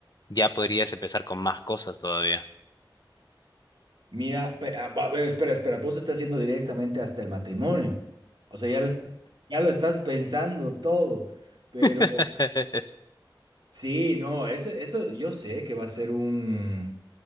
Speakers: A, on the left (about 50°); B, on the right (about 70°).
A: ya podrías empezar con más cosas todavía.
B: Mira, pe- a- a ver, espera, espera, vos te estás haciendo directamente hasta el matrimonio. O sea, ya lo estás- ya lo estás pensando todo, pero...
A: <laughs>
B: Sí, no, eso, eso yo sé que va a ser un,